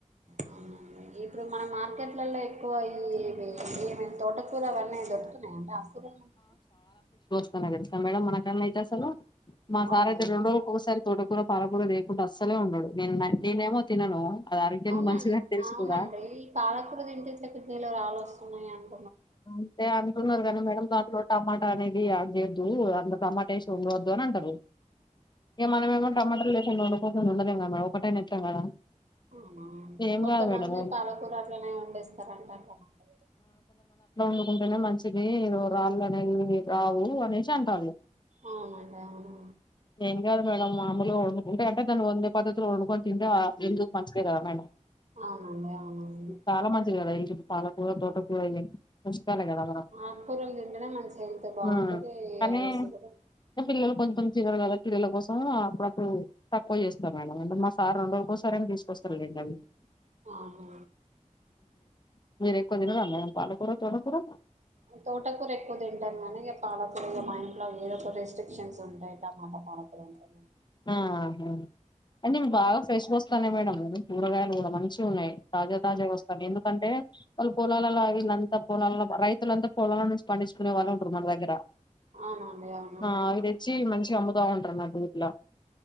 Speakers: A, on the right; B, on the left.
A: ఆ ఇప్పుడు మన మార్కెట్లల్లో ఎక్కువ ఇ ఇవి ఈ ఏమి తోట కూర ఇవన్నీ దొరుకుతున్నాయా అండి ఆకు కూరలు మంచిగ
B: ప్పుడున్నా తెలుసా మేడం మన కాడనైతే మా సార్
A: అవునండి
B: అయితే రెండు రోజు ఒకసారి తోట కూర పాలకూర తేకుండా అస్సలే ఉండడు నేను నేనేమో తినను అది ఆరోగ్యానికి
A: అవునండి
B: మంచిదని తెలిసి
A: అవునండి
B: కూడా
A: ఈ పాలకూర తింటే కిడ్నీలో రాళ్లు వస్తున్నాయి ఉన్నాయని
B: అంతే అంటున్నారు కనీ మేడం ద టమాటా అనేది యాడ్ చేయొద్దు టమాటా వేసి వండదు అని అంటారు ఇక
A: మామూలుగా
B: మనం ఏమో టమాటలు లేకుండా వాడుకోలేము వండలేం కదా మేడం ఒకటేనా వేస్తాం కదా
A: అవునా
B: ఏం
A: కొంతమంది
B: కాదు మేడం
A: పాలకూర అట్లనే వండే స్తారంట అ టమాట
B: అనుకుంటేనే మంచిది రాళ్ళు అనేవి రావు అనేసి అంటారుళ్ళ
A: అవునంట అవునా
B: ఏం కాదు మేడమ్ మామలుగా వండుకుంటే అంటే దానీవండే పద్దతిలో వండుకుంటే తింటే హేల్తాకు మంచిదే కదా మేడం
A: అవునండి అవునండి
B: చాలా మంచిది కదా పాలకూర, తోటకూర పోషకాలే కదా మనం
A: ఆకుకూరలు తింటేనే మంచి గా హెల్త్ బాగుంటది
B: ఉమ్,
A: ఏ
B: కానీ
A: యస్ కూడా
B: పిల్లలు
A: బ
B: కొంచెం చిదరు కదా పిల్లల కోసం అప్పుడప్పుడు తక్కువ చేస్తాం మేడం అంటే మా సార్ రెండురోజుల కోసారే తీసుకొస్తాండి అవి
A: ఆహ
B: మీనరు ఎక్కువ తిన్నారా మేడం పాలకూర తోటకూర
A: తోటకూర ఎక్కువ తింటాం కానీ పాలకూర మా ఇంట్లో ఏదో ఒక రెస్ట్రిక్షన్స్ ఉంటాయి టమాటా మామిడికాయ ఉంటాయి
B: ఆహా అనీ బాగా ఫ్రెష్ గా వస్తా నే మేడం కూరగాయలు కూడా మంచి ఉన్నాయి తాజా తాజా వస్తాను ఎందుకంటే వాళ్ళు పొలాల అంతా. అంత పొలాలను రైతులంత పొలాలనుంచి పండించునే వాళ్ళే ఉండే మన దగ్గర.
A: అవునండి అవును
B: ఆహా అవి తెచ్చి మంచి. అమ్ముతా ఉంటారు ఊర్లా.